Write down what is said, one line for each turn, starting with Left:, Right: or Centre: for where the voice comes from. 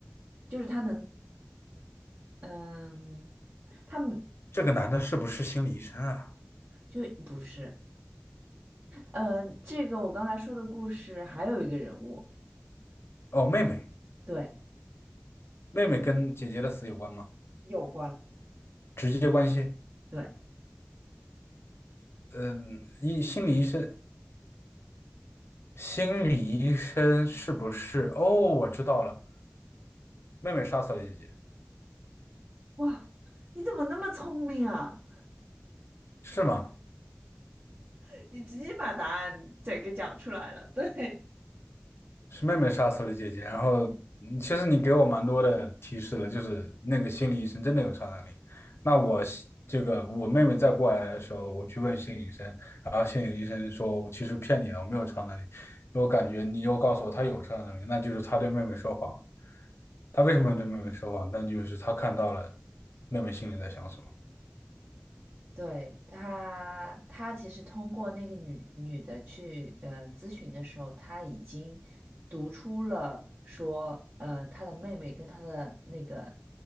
Right: 就是他能，嗯，他们
Left: 这个男的是不是心理医生啊？
Right: 就不是，呃，这个我刚才说的故事还有一个人物，
Left: 哦，妹妹，
Right: 对
Left: 妹妹跟姐姐的死有关吗？
Right: 有关，
Left: 直接关系？
Right: 对，
Left: 嗯，一心理医生，心理医生是不是？哦，我知道了，妹妹杀死了姐姐，
Right: 哇，你怎么那么聪明啊？
Left: 是吗？
Right: <laughs> 你直接把答案整个讲出来了，对，
Left: 是妹妹杀死了姐姐，然后嗯其实你给我蛮多的提示了，就是那个心理医生真的有超能力。那我西这个我妹妹再过来的时候，我去问心理医生，然后心理医生说其实骗你了，我没有超能力。我感觉你又告诉我他有超能力，那就是他对妹妹说谎了。他为什么要对妹妹说谎？但就是他看到了妹妹心里在想什么。
Right: 对，他，他其实通过那个女女的去呃咨询的时候，他已经读出了说，呃，他的妹妹跟他的那个